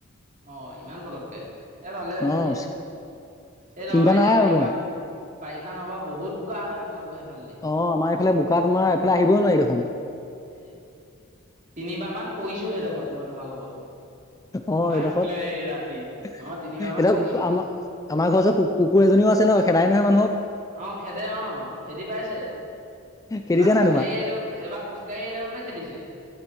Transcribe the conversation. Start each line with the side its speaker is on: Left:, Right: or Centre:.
Right: অঁ ইমান পতককে এ ভালে হৈছে
Left: অ'
Right: এতিয়া এই নহবা
Left: চিন্তা
Right: এতিয়া
Left: নাই
Right: বাৰিষা
Left: আৰু তোমাৰ
Right: ব বাৰিষা নহবা বহুত বোকা হয় তোমালোকৰ সেইফালেদি
Left: অঁ আমাৰ এইফালে বোকা তোমাৰ এইফালে আহিবই নোৱাৰি দেখোন
Right: এ তিনিবাৰ মান পৰিছো হেডোখৰত মই তোমালোকৰ
Left: অঁ
Right: বাইক
Left: এডোখৰত
Right: লৈ আহি ৰাতি অ' তিনিবাৰ
Left: এতিয়া
Right: মান পৰিছোহি
Left: আমাৰ আমাৰ ঘৰ ওচৰত কুকুৰ এজনীও আছে ন খেদাই নহয় মানুহক
Right: অঁ খেদে অঁ খেদি পাইছে
Left: খেদিছে
Right: এবাৰ খোজকাঢ়ি
Left: নাই তোমাক
Right: আহি এবাৰ খোজকাঢ়ি আহি থাকোঁতে খেদিছে